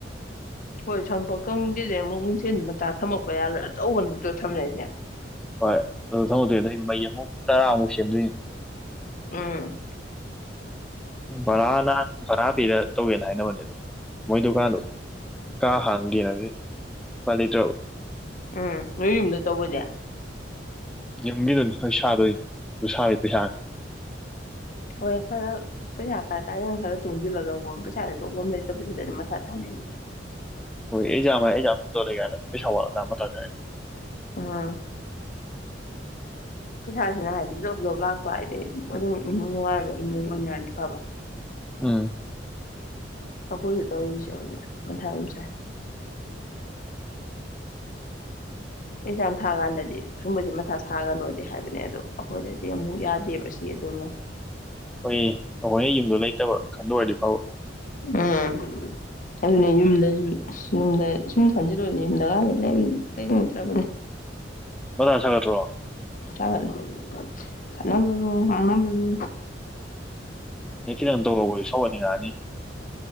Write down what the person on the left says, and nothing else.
ꯍꯣꯏ ꯁꯪꯄꯀꯪꯒꯤꯁꯦ ꯑꯃꯨꯛ ꯅꯨꯡꯊꯦꯜꯗ ꯃꯆꯥ ꯊꯝꯃꯛꯄ ꯌꯥꯔꯣꯏ ꯑꯆꯧꯕ ꯛꯇꯣ ꯊꯝꯅꯏꯁꯦ
ꯎꯝ
ꯎꯝ ꯅꯣꯏ ꯌꯨꯝꯗ ꯇꯧꯕꯅꯦ
ꯍꯣꯏ ꯈꯔ ꯄꯩꯁꯥ ꯀꯥꯏ ꯀꯥꯏꯗ ꯈꯔ ꯇꯨꯡꯁꯤꯜꯂꯒ ꯑꯃ ꯄꯩꯁꯥꯥꯁꯦ ꯊꯣꯛꯄ ꯑꯃ ꯂꯩꯇꯕꯁꯤꯗ ꯃꯊꯥ ꯊꯥꯅꯤꯡꯉꯦ
ꯑꯥ ꯄꯩꯁꯥꯁꯤꯅ ꯍꯥꯏꯗꯤ ꯖꯣꯕ ꯖꯣꯕ ꯂꯥꯛꯄ ꯍꯥꯏꯗꯤ ꯑꯗꯨꯝ ꯏꯃꯨꯡ ꯅꯨꯡꯉꯥꯏꯕ ꯏꯃꯨꯡ ꯑꯣꯏꯅꯔꯗꯤ ꯐꯕ
ꯑ ꯀꯣꯏꯁꯨ ꯇꯧꯖꯗ ꯃꯊꯔꯁ ꯑꯦꯛꯖꯥꯝ ꯊꯥ ꯀꯥꯟꯗꯗꯤ ꯁꯨꯝꯕꯕꯁꯤ ꯃꯊꯥ ꯁꯥꯒꯅꯣꯗꯤ ꯍꯥꯏꯕꯅꯦ ꯑꯗꯣ ꯑꯩꯈꯣꯏꯗꯗꯤ ꯑꯃꯨꯛ ꯌꯥꯗꯦꯕ ꯁꯤ ꯑꯗꯨꯝꯅ
ꯎꯝ ꯑꯗꯨꯅꯦ ꯌꯨꯝꯗꯁꯨ ꯌꯨꯝꯗ ꯁꯨꯝ ꯈꯟꯖꯤꯜꯂꯨ ꯌꯨꯝꯗꯀ ꯂꯩꯅꯤꯡꯗ꯭ꯔꯕꯅꯦ
ꯀꯂꯔꯣ ꯃꯥꯉꯔꯣ